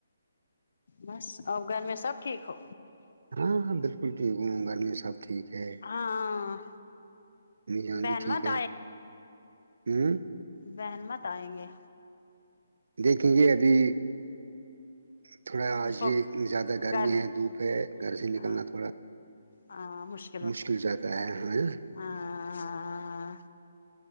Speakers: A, on the left; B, on the right.
A: بس اور گھر میں سب ٹھیک ہو
B: ہاں ہاں بالکل ٹھیک ہوں گھر میں سب ٹھیک ہے
A: ہاں
B: امی جان
A: بہن
B: بھی ٹھیک
A: مت
B: ہے ہوں
A: بحن مت آئیں گے
B: دیکھیں گے ابھی تھوڑا آج
A: اس کو
B: ہی زیادہ گرمی
A: گرم
B: ہے دھوپ ہے گھر سے نکلنا
A: ہاں
B: تھوڑا
A: ہاں مشکل
B: مشکل ہو جاتا ہے ہاں
A: ہاں